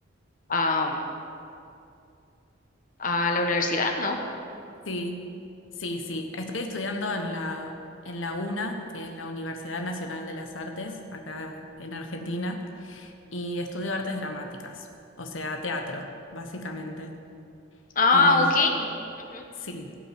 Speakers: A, on the left; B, on the left.
A: a, a la universidad, ¿no?
B: Sí, sí, sí. Estoy estudiando en la, en la UNA, que es la Universidad Nacional de las Artes, acá en Argentina, y estudio artes dramáticas, o sea, teatro, básicamente.
A: Ah,
B: Y
A: ok. Ujú.
B: sí,